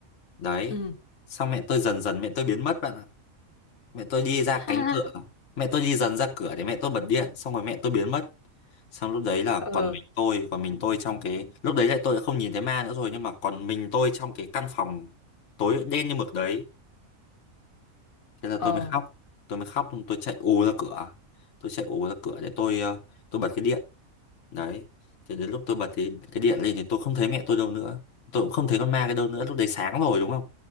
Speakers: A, on the left; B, on the left.
A: đấy
B: ừ
A: xong mẹ tôi dần dần mẹ tôi biến mất bạn ạ mẹ tôi đi ra
B: <laughs>
A: cánh cửa mẹ tôi đi dần ra cửa để mẹ tôi bật điện xong rồi mẹ tôi biến mất xong lúc đấy là
B: ừ
A: còn mình tôi còn mình tôi trong cái lúc đấy lại tôi đã không nhìn thấy ma nữa rồi nhưng mà còn mình tôi trong cái căn phòng tối đen như mực đấy thế là
B: ờ
A: tôi mới khóc tôi mới khóc tôi chạy ù ra cửa tôi chạy ù ra cửa để tôi ờ, tôi bật cái điện đấy thế đến lúc tôi bật thì cái điện lên thì tôi không thấy mẹ tôi đâu nữa tôi cũng không thấy con ma cái đâu nữa lúc đấy sáng rồi đúng không